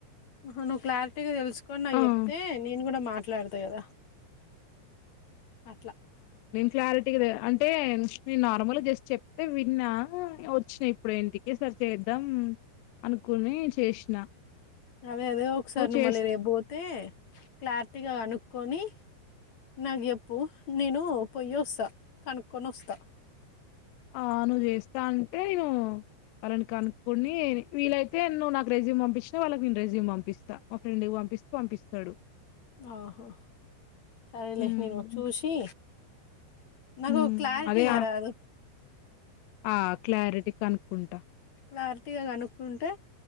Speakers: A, on the left; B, on the left.
A: ఆ నువ్వు క్లారిటీగా తెలుసుకోని నా
B: ఆ
A: చెప్తే నేను కూడా మాట్లాడతా కదా అట్లా
B: క్లారిటీ కదా అంటే నేను నార్మల్గా జస్ట్ చెప్తే విన్నా వచ్చినాయి ఇప్పుడు ఇంటికి సరి చేద్దాం అనుకుని చేసిన
A: అదే అదే ఒకసారి
B: నువ్వు
A: నువ్
B: చేస్త
A: మళ్ళీ రేపుపోతే క్లారిటీ గట్టిగా కనుక్కొని నాకు చెప్పు నేను పొయ వస్తా కనుక్కొని వస్తా
B: ఆ నువ్వు చేస్తా అంటే నేను వాళ్ళని కనుకునిీలయితే నువ్వు నా రెజ్యూ పంపించినా వాళ్ళకి నేను రెజ్యూమ్ పంపిస్తా మా ఫ్రెడ్ం పంపిస్తూ పంపిస్తాడు
A: ఆహా సరేలే
B: ఉమ్,
A: నేను చూసి నాకు
B: ఉమ్,
A: క్లారిటీ
B: అదే
A: ఇయ్య రాదు
B: ఆ క్లారిటీ కనుక్కుంటా
A: క్లారిటీగా కనుక్కుంటే